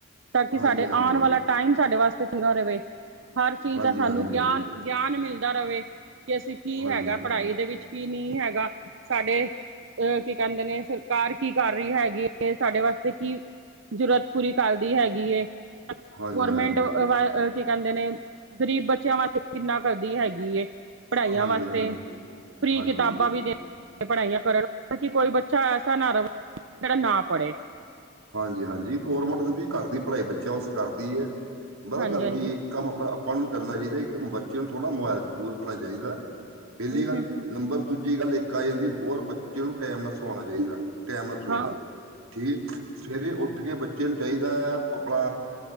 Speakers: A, on the right; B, on the right.
A: ਤਾਂ ਕਿ
B: ਹਾਂਜੀ
A: ਸਾਡੇ
B: ਹਾਂਜੀ
A: ਆਉਣ ਵਾਲਾ ਟਾਈਮ ਸਾਡੇ ਵਾਸਤੇ ਚੰਗਾ ਰਵੇ, ਹਰ ਚੀਜ਼
B: ਹਾਂਜੀ
A: ਦਾ ਸਾਨੂੰ
B: ਹਾਂਜੀ ਹਾਂਜੀ
A: ਗਿਆਨ- ਗਿਆਨ ਮਿਲਦਾ ਰਵੇ। ਕਿ ਅਸੀਂ ਕੀ
B: ਹਾਂਜੀ
A: ਹੈਗਾ ਪੜਾਈ ਦੇ ਵਿੱਚ, ਕੀ ਨੀ ਹੈਗਾ। ਸਾਡੇ ਅਹ ਕੀ ਕਹਿੰਦੇ ਨੇ ਸਰਕਾਰ ਕੀ ਕਰ ਰਹੀ ਹੈਗੀ ਹੈ ਸਾਡੇ ਵਾਸਤੇ ਕੀ ਜ਼ਰੂਰਤ ਪੂਰੀ ਕਰ ਦੀ ਹੈਗੀ ਏ
B: ਹਾਂਜੀ
A: ਗੌਰਮੈਂਟ
B: ਹਾਂਜੀ
A: ਵ ਕੀ ਕਹਿੰਦੇ ਨੇ ਗ਼ਰੀਬ ਬੱਚਿਆਂ ਵਾਸਤੇ ਕਿੰਨਾ ਕਰਦੀ ਹੈਗੀ ਏ ਪੜ੍ਹਾਈਆਂ
B: ਹਾਂਜੀ
A: ਵਾਸਤੇ ਫ੍ਰਰੀ
B: ਹਾਂਜੀ
A: ਕਿਤਾਬਾਂ ਵੀ ਦੇ ਪੜ੍ਹਾਈਆਂ ਕਰਨ ਕਿ ਕੋਈ ਬੱਚਾ ਐਸਾ ਨਾ ਰਹੇ ਜਿਹੜਾ ਨਾ ਪੜ੍ਹੇ
B: ਹਾਂਜੀ ਹਾਂਜੀ ਗੌਰਮੈਂਟ ਵੀ ਕਰਦੀ ਪੜ੍ਹਾਈ ਬੱਚਿਆਂ ਵਾਸਤੇ ਕਰਦੀ ਹੈ ਪਤਾ
A: ਹਾਂਜੀ
B: ਗੱਲ
A: ਹਾਂਜੀ
B: ਕੀ ਕੰਮ ਆਪ ਆਪਾਂ ਨੂੰ ਵੀ ਕਰਨਾ ਚਾਹੀਦਾ ਇੱਕ ਬੱਚੇ ਨੂੰ ਥੋੜ੍ਹਾ ਮੋਬਾਇਲ ਤੋ ਦੂਰ ਰੱਖਣਾ ਚਾਹੀਦਾ ਪਹਿਲੀ
A: ਹੂੰ
B: ਗੱਲ
A: ਹੂੰ
B: ਨੰਬਰ ਦੂਜੀ ਗੱਲ ਇੱਕ ਆ ਜਾਂਦੀ ਹੋਰ ਬੱਚੇ ਨੂੰ ਟਾਈਮ ਨਾਲ ਸਵਾਉਣਾ ਚਾਹੀਦਾ ਟੈਮ ਨਾ ਸੋ
A: ਹਾਂ
B: ਜਾ ਠੀਕ ਸਵੇਰੇ ਉੱਠ ਕੇ ਬੱਚੇ ਨੂੰ ਚਾਹੀਦਾ ਹੈ ਆਪਣਾ